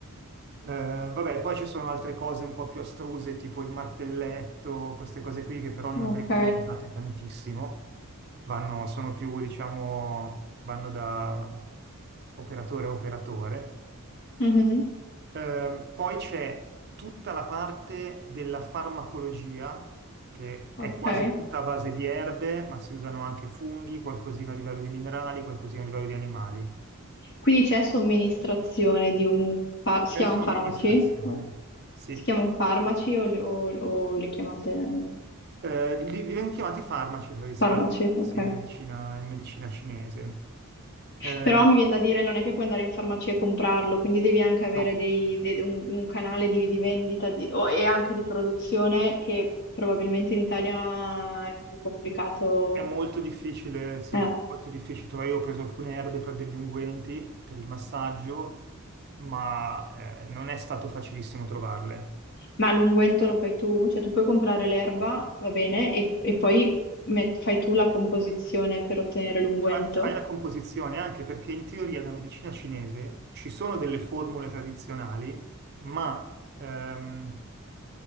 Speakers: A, on the right; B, on the left.
A: Eh, vabbè, poi ci sono altre cose un po' più astruse, tipo il martelletto, queste cose qui che però non
B: Ok.
A: vengono usate tantissimo, vanno, sono più, diciamo, vanno da operatore a operatore.
B: Mhm.
A: Ehm, poi c'è tutta la parte della farmacologia, che è
B: Ok.
A: quasi tutta a base di erbe, ma si usano anche funghi, qualcosina a livello di minerali, qualcosina a livello di animali.
B: Quindi c'è somministrazione di un... fa- si
A: C'è
B: chiamano
A: somministrazione,
B: farmaci?
A: sì.
B: Si chiamano farmaci o li, o o li chiamate
A: Eh, li vengono chiamati farmaci tradizionalmente,
B: farmaci? Ok.
A: sì, in medicina, in medicina cinese. Eh,
B: Però mi viene da dire, non è che puoi andare in farmacia e comprarlo, quindi devi anche avere
A: no.
B: dei- de- un, un canale di, di vendita di- o- e anche di produzione che probabilmente in Italia è più complicato.
A: È molto difficile, sì,
B: Eh,
A: è molto difficile. Tra- Io ho preso alcune erbe per degli unguenti, per il massaggio, ma eh, non è stato facilissimo trovarle.
B: Ma l'unguento lo fai tu? Cioè tu puoi comprare l'erba, va bene, e, e poi met- fai tu la composizione per ottenere l'unguento?
A: Fa- fai la composizione anche perché in teoria la medicina cinese ci sono delle formule tradizionali, ma ehm,